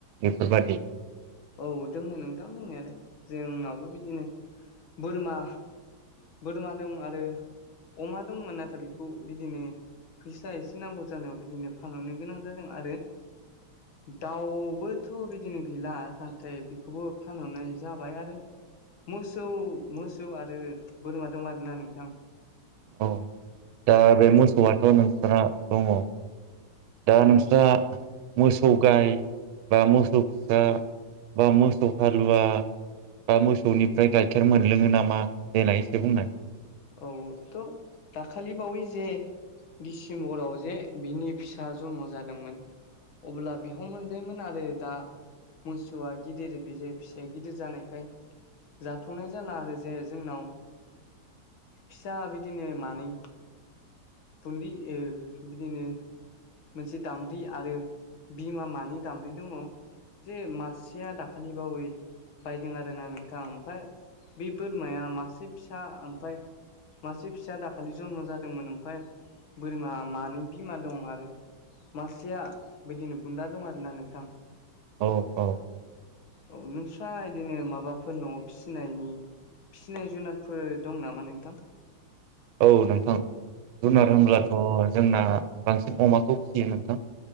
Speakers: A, on the right; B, on the left.
A: बेफोरबायदि
B: औ दोङ नोंदां दंनायालाय जोंनावबो बिदिनो बोरमा बदमा दं आरो अमा दंमोन नाथाय बेखौ बिदिनो फैसा एसे नांगौ जानायाव बिदिनो फानहरनो गोनां जादों आरो दाउबोथ' बिदिनो गैला। नाथाय बेखौबो फानहरनाय जाबाय आरो मोसौ मोसौ आरो बोरोमा दं आरोना नोंथां।
A: औ दा बे मोसौआथ' नोंसना दङ दा
B: औ
A: नोंस्रा मोसौ गाइ बा मोसौ फिसा बा मोसौ हालुवा बा मोसौनिफ्राय गाइखेर मोनलोङो नामा देनाय ऐसो बुंनाय?
B: औ थ' दाखालि बावै जे दिडिसेम्बराव जे बिनि फिसा जन्म जादोंमोन ‌ अब्ला बेयाव मोनजायोमोन आरो दा मोसौआ गिदिर बे जायो फिसाया गिदिर जानायखाय जाथ'नाय जाला आरो जे जोंनाव फिसा बिदिनो मानै बुदि बिदिनो मोनसे दामब्रि आरो बिमा मानै दामब्रि दङ। जे मासेया दाखालि बावै बायदों आरोना नोंथां ओमफफ्राय बे बोरमाया मासे फिसा ओमफफ्राय मासे फिसा दाखालि जन्म जादोंमोन ओमफफ्राय बोरमा मानै बिमा दं आरो। मासेया बिदिनो बुन्दा दं आरोना नोंथां।
A: औ औ
B: औ नोंस्रा बिदिनो माबाफोर न'आव फिसिनायनि फिनाय जुनादफोर दं नामा नोंथां?
A: औ नोंथां जुनार होनब्लाथ'
B: औ
A: जोंना बांसिन अमाखौ फिसियो नोंथां।